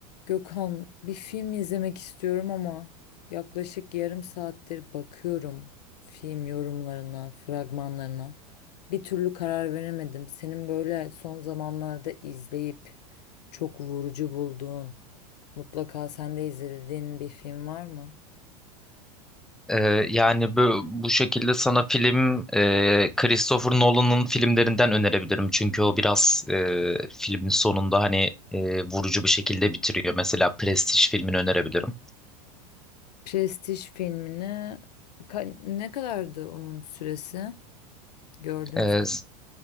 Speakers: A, on the left (about 80°); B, in the centre.
A: Gökhan, bir film izlemek istiyorum ama yaklaşık yarım saattir bakıyorum film yorumlarına, fragmanlarına. Bir türlü karar veremedim. Senin böyle son zamanlarda izleyip çok vurucu bulduğun, mutlaka sen de izlediğin bir film var mı?
B: Ee, yani bu, bu şekilde sana film e, Christopher Nolan'ın filmlerinden önerebilirim. Çünkü o biraz e, filmin sonunda hani e, vurucu bir şekilde bitiriyor. Mesela Prestige filmini önerebilirim.
A: Prestij filmini ka- ne kadardı onun süresi? Gördüm.
B: Ee, s-